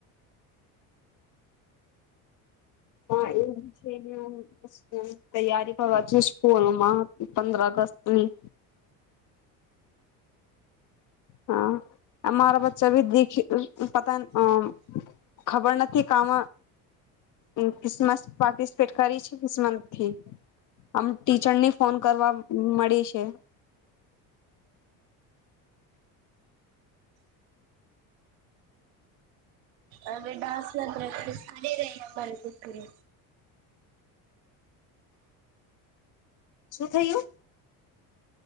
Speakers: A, on the left; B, on the right.
A: હા એમ છે ને હા. તૈયારી કરવા છે સ્કૂલમાં પંદર અગસ્ત ની હા આ મારા બચ્ચા ભી દીખી પતાની ખબર નથી કામ ક્રિસમસ પાર્ટિસિપેટ કરી છે કિસમનસ નથી આમ ટીચર ની ફોન કરવા મળી છે.
B: અ બેટા ડડી અમારે <unintelligible>
A: શું થયું